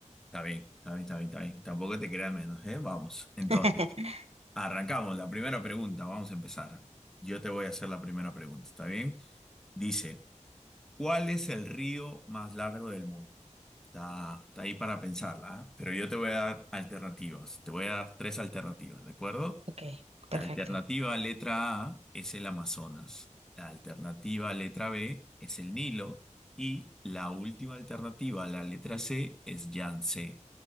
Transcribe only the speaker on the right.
<laughs>
Ok, perfecto.